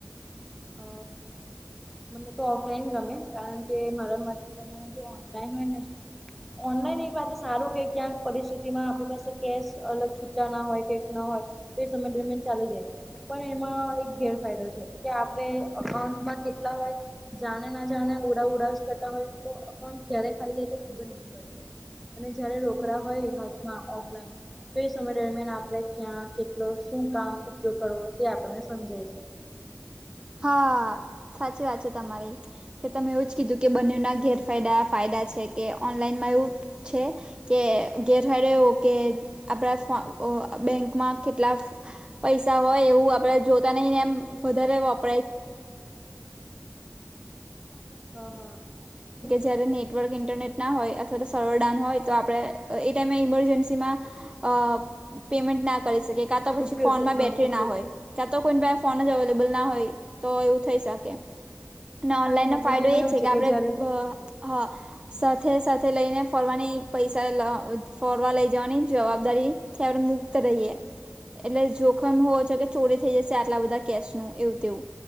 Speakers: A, in the centre; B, on the right.
A: અ મને તો ઓફલાઈન ગમે કારણ કે મારા માટે જો ઓનલાઈન હોયને ઓનલાઈન એક વાતે સારું કે ક્યાંક પરિસ્થિતિમાં આપણી પાસે કેશ અલગ છૂટા ના હોય કે ના હોય એ સમય દરમિયાન ચાલી જાય પણ એમાં એક ગેરફાયદો છે. કે આપણે અકાઉન્ટમાં કેટલા હોય. જાણે ના જાણે ઉરા ઉરા કરતા હોય તો અકાઉન્ટ ક્યારે ખાલી જાય ખબર નહી પડતી. અને જયારે રોકડા હોય હાથમાં ઓફલાઈન તો એ સમય દરમિયાન આપણે ક્યાં કેટલો શું કામ ઉપયોગ કરવો તે આપણને સમજાય છે.
B: હા સાચી વાત છે તમારી કે તમે એવું જ કીધું કે બંને
A: હમ
B: ના ઘેર ફાયદા-ફાયદા છે કે ઓનલાઈનમાં એવું છે, કે ગેરફયદા એવુ કે આપડા ફોન અ બેંકમાં કેટલા પૈસા હોય એવું આપડે જોતા નહી ને એમ વધારે વાપ <unintelligible> કે
A: હા હા
B: જયારે નેટવર્ક ઇન્ટરનેટ ના હોય અથવા તો સર્વર ડાઉન હોય તો આપણે એ ટાઈમે ઈમરજન્સીમાં અ પેમેન્ટના કરી શકે કા તો પછી
A: ઉપયોગ
B: ફોનમાં
A: હા
B: બેટરીના
A: ઉપયોગ
B: હોય. કેતો કોઈ પ્રાઈ ફોન જ એવેલેબલ ના હોય. તો એવું થઈ શકે અને
A: હા
B: ઓનલાઈનનો
A: એ મતલબ
B: ફાયદો
A: એમાં
B: એ
A: એવું
B: છે કે આપણે
A: જયારે
B: હા સાથે સાથે લઈને ફરવાની પૈસા ફરવા લઈ જવાની જવાબદારી ખ મુક્ત રહીએ. એટલે જોખમ હોવો છ કે ચોરી થઈ જશે. આટલા બધા કેશનું એવું તેવું.